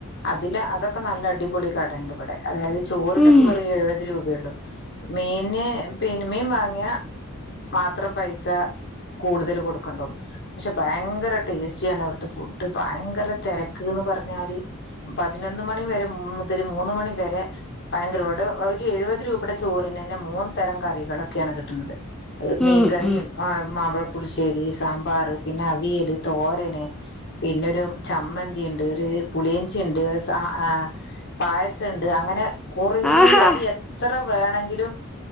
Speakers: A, on the left; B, in the centre.
A: അതില് അതൊക്കെ നല്ല അടിപൊളി കടണ്ട് വെടെ. അതായത് ചോറിനൊക്കെ
B: ഉം
A: വെറും എഴുപത് രൂപയൊള്ളു. മീന് പിന്നെ മീൻ മാങ്ങിയ മാത്രം പൈസാ കൂടുതല് കൊടുക്കണ്ടൊള്ളൂ. പക്ഷെ ഭയങ്കര ടേസ്റ്റിയാണ് അവിടുത്തെ ഫുഡ് ഭയങ്കര തെര. ക്ക്ന്ന് പറഞ്ഞാല് പതിനൊന്ന് മണി വരെ മുതൽ മൂന്ന് മണി വരെ. ഭയങ്കരവെടെ ഒരു എഴുപത് രൂപയുടെ ചോറിനെന്നെ മൂന്ന് തരം കറികളൊക്കെയാണ് കിട്ട്ണത്. അഹ് മീൻ
B: ഉം
A: കറിയും
B: ഉം
A: ആ. മാമ്പഴപ്പുളിശ്ശേരി, സാമ്പാർ, പിന്നെ അവിയല്, തോരന് പിന്നൊരു ചമ്മന്തി. ണ്ട് ഒരു പുളിയിഞ്ചിയിണ്ട്, സ ആ പായസണ്ട് അങ്ങനെ. കൊറേ
B: ആഹാ
A: അതെത്ര വേണങ്കിലും.